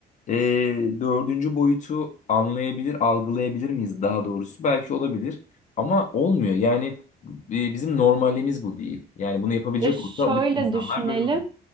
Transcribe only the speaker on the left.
e, dördüncü boyutu anlayabilir, algılayabilir miyiz daha doğrusu? Belki olabilir ama olmuyor. Yani e, bizim normalimiz bu değil. Yani bunu yapabilecek
olsa bütün insanlar
böyle olur.